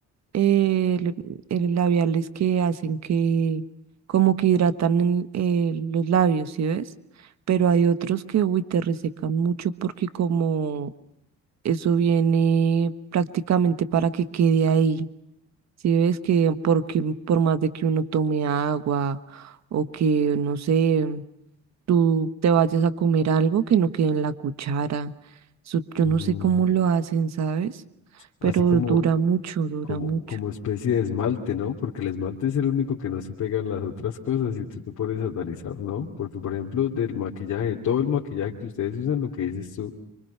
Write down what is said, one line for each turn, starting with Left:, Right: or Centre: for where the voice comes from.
Right: eh, le- el labiales que hacen que como que hidratan el- eh, los labios, ¿sí ves? Pero hay otros que, uy, te resecan mucho porque como eso viene prácticamente para que quede ahí, ¿sí ves? Que porque por más de que uno tome agua o que, no sé tú te vayas a comer algo que no quede en la cuchara. Eso yo
Left: Mm,
Right: no sé cómo lo hacen, ¿sabes?
Left: así
Right: Pero
Left: como,
Right: dura mucho, dura
Left: como,
Right: mucho.
Left: como especie de esmalte, ¿no? Porque el esmalte es el único que no se pega en las otras cosas y tú te pones a analizar, ¿no? Porque, por ejemplo, del maquillaje, todo el maquillaje que ustedes usan, lo que dices tú,